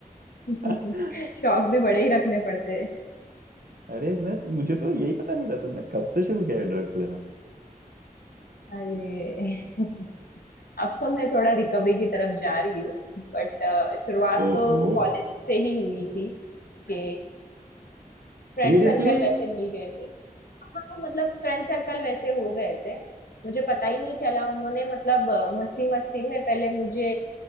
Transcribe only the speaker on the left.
<laughs>
शौक भी बड़े ही रखने पड़ते हैं
अरे <laughs> अब तो मैं थोड़ा रिकवरी की तरफ जा रही हूँ बट शुरुआत
तो कॉलेज से ही हुई थी कि फ्रेंड
सर्कल वैसे मिल गए थे हाँ मतलब फ्रेंड सर्कल वैसे हो गए थे मुझे पता ही नहीं चला उन्होंने मतलब मस्ती मस्ती में पहले मुझे